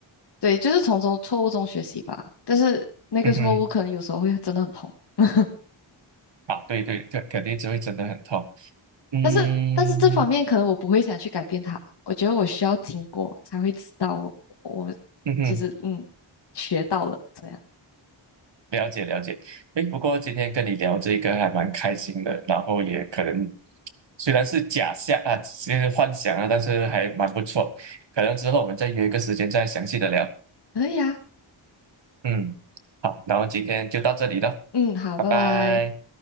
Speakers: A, on the left; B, on the right.
A: 对，就是从中错误中学习吧。但是那个错误可能有时候会真的很痛。
B: 嗯嗯，
A: <laughs>
B: 啊，对对，肯肯定就会真的很痛。嗯
A: 但是但是这方面可能我不会想去改变它，我觉得我需要经过才会知道我
B: 嗯哼，
A: 就是嗯学到了这样，
B: 了解了解。诶，不过今天跟你聊这个还蛮开心的，然后也可能虽然是假象啊，是幻想啊，但是还蛮不错。可能之后我们再约一个时间再详细的聊。
A: 可以啊，
B: 嗯，好，然后今天就到这里了，
A: 嗯，好，
B: 拜拜。
A: 拜拜。